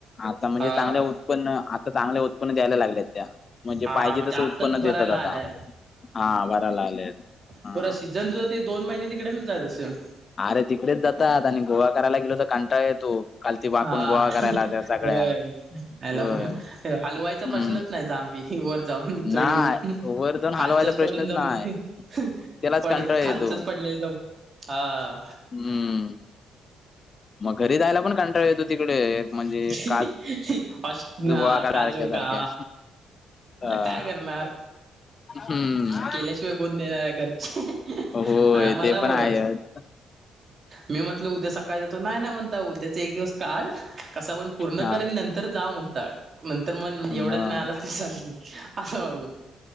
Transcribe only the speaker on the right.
हा
हा
आत्ताच
भरायला
आल्या
पुन्हा सीझन साठी दोन महिने तिकडेच जात असेन.
हा
होय याला
पण हलवायचा
प्रश्नच नाही जांबी ते वर जाऊन, चढून
<inaudible>
खालच्याच
पडून
जमीन
फेक
पड
खालचच पडलेलं दम हा.
<inaudible>
औष न्हा
काजू
का
काय करणार?
केल्याशिवाय कोण देनार हाय घरचे,
आ मला
गोव्याच
मी म्हटल उद्या सकाळी जातो, नाही ना म्हणता उद्याचा एक दिवस काढ कसा पण पूर्ण
करेन नंतर जावून. तर नंतर मग एवढ्यात
नाही आलास तल चालेल असा वा